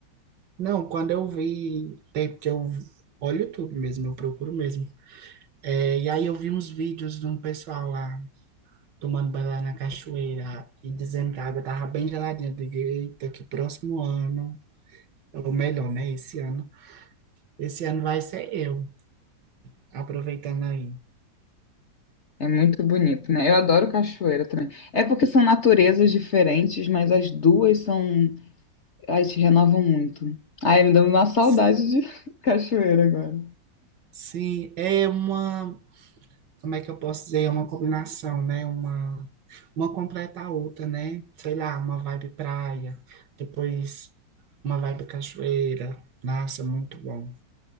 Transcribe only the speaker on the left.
É muito bonito, né? Eu adoro cachoeira também. É porque são naturezas diferentes, mas as duas são. Ai, te renovam muito. Ai, me dá uma saudade
de <laughs> cachoeira agora.